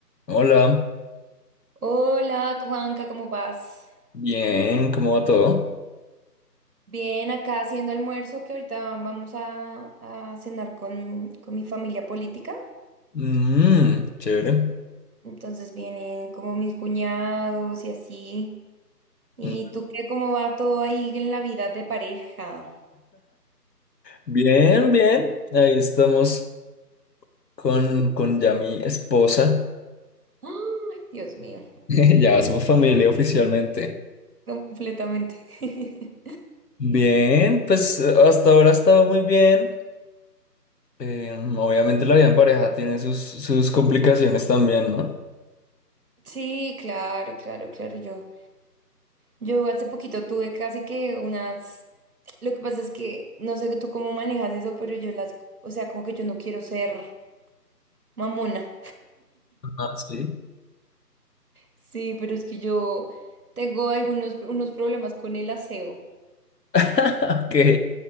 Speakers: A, on the left (about 75°); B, on the right (about 60°).
A: Hola,
B: Hola, Juanca, ¿cómo vas?
A: bien, ¿cómo va todo?
B: Bien, acá haciendo almuerzo que ahorita vamos a, a cenar con, con mi familia política.
A: Mm, chévere.
B: Entonces vienen como mis cuñados y así. ¿Y
A: Mm,
B: tú qué? ¿Cómo va todo ahí en la vida de pareja?
A: Bien, bien, ahí estamos con, con ya mi esposa,
B: <gasps> ¡Ah! Dios mío,
A: <laughs> ya somos familia oficialmente.
B: completamente. <laughs>
A: Bien, pues eh, hasta ahora estaba muy bien. Eh, obviamente la vida en pareja tiene sus, sus complicaciones también, ¿no?
B: Sí, claro, claro, claro. Yo, yo hace poquito tuve casi que unas... Lo que pasa es que no sé tú cómo manejas eso, pero yo las... O sea, como que yo no quiero ser... Mamona.
A: Ah, sí.
B: Sí, pero es que yo tengo algunos unos problemas con el aseo.
A: <laughs> Ok.